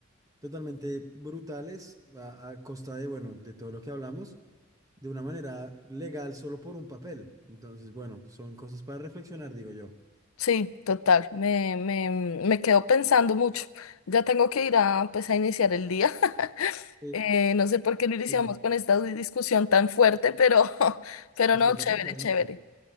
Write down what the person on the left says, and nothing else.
Sí, total. Me, me, me quedo pensando mucho. Ya tengo que ir a, pues, a iniciar el día. <laughs>
Eh, no sé por qué lo iniciamos
con esta di- discusión tan fuerte, pero, <laughs> pero
no,
chévere,
chévere.